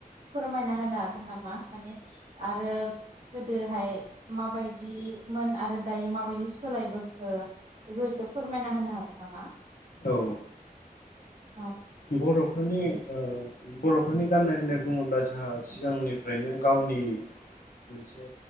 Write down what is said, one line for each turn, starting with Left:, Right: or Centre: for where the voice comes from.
Right: फोरमायना होनो हागोन नामा माने आरो गोदोहाय माबायदिमोन आरो दायो माबायदि सोलायबोखो बेखौ एसे फोरमायना होनो हागोन नामा
Left: औ
Right: अह
Left: बर'फोरनि ओ बर'फोरनि गाननाय होननाय बुङोब्ला जोंहा सिगांनिफ्रायनो गावनि नि मोनसे